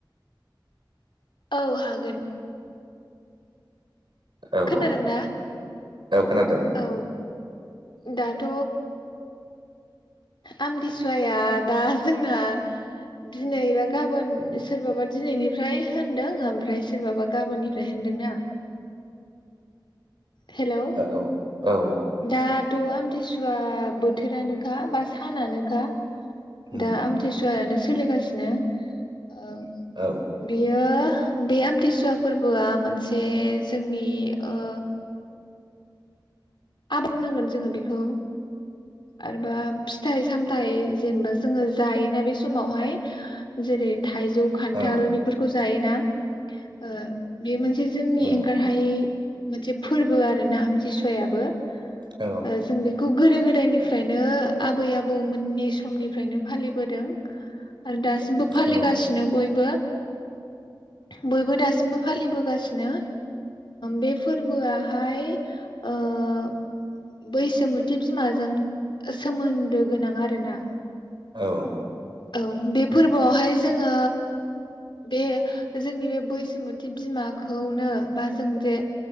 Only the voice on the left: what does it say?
औ हागोन।
खोनादों
ना
औ। दाथ आमथिसुवाया दा जोंना दिनैबा गाबोन सोरबाबा दिनैनिफ्राय होनदों ओमफ्राय सोरबाबा गाबोननिफ्राय होनदोंना। हेलौ
दा थ आमथिसुवा बोथोरानोखा बा सानानोखा।
दा आमथिसुवायानो सोलिगासिनो। ओम
बियो बे आमथिसुवा फोरबोआ मोनसे जोंनि ओ आ बुंनांगोन जोङो बेखौ आरोबा फिथाइ सामथाइ जेनेबा जोङो जायोना बे समावहाय जेरै थाइजौ खान्थाल
बेफोरखौ जायो। ना ओ बे मोनस से जोंनि
एंगारहायै मोनसे फोरबो आर ना आमथिसुयाबो
ओ जों बेखौ गोदो गोदायनि फ्रायनो आबै आबौमोननि समनिफ्रायनो फालिबोदों आरो दासिमबो फालिगासिनो
बयबो बयबो दासिमबो फालिबोगासिनो बे फोरबोआ हाय ओ बैसोमुथि बिमाजों सोमोन्दो गोनां आरोना
औ बे फोरबोआवहाय जोङो बे जोंनि बे बैसुमति बिमाखौनो बा जों जे